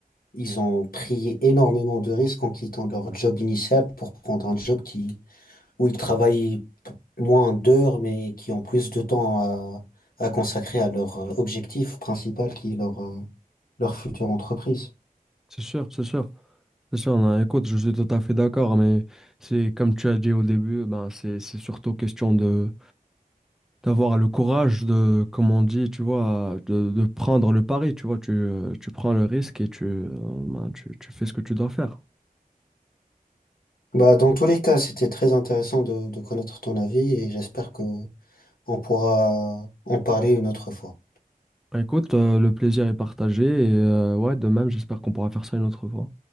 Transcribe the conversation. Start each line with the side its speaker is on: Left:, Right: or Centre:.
Left: ils ont pris énormément de risques en quittant leur job initial pour prendre un job qui, où ils travaillent p- moins d'heures, mais qui ont plus de temps à, à consacrer à leur euh, objectif principal qui est leur, euh, leur future entreprise.
Centre: c'est sûr, c'est sûr. C'est sûr, non, écoute, je suis tout à fait d'accord, mais c'est comme tu as dit au début, ben c'est c'est surtout question de d'avoir le courage de, comme on dit, tu vois, de, de prendre le pari, tu vois, tu, euh, tu prends le risque et tu, euh, ben, tu, tu fais ce que tu dois faire.
Left: Bah, dans tous les cas, c'était très intéressant de, de connaître ton avis et j'espère que on pourra en parler une autre fois.
Centre: Ben, écoute, euh, le plaisir est partagé et euh, ouais, de même, j'espère qu'on pourra faire ça une autre fois.